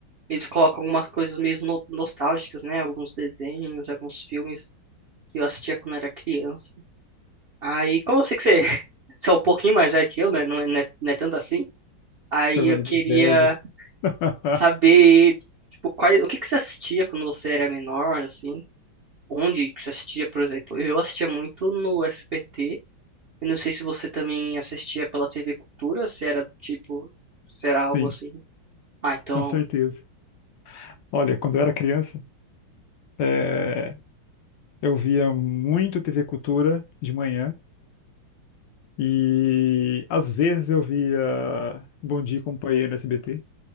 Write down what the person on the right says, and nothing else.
eles colocam algumas coisas meio no- nostálgicas, né? Alguns desenhos, alguns filmes que eu assistia quando era criança. Aí, como eu sei que você, <laughs> você é um pouquinho mais velho que eu, né? Não é, não é não é tanto assim. Aí
eu queria
saber, tipo, quais, o que que você assistia quando você era menor, assim? Onde que você assistia, por exemplo? Eu assistia muito no SBT. Eu não sei se você também assistia pela TV Cultura, se era tipo, se era algo
assim. Ah, então,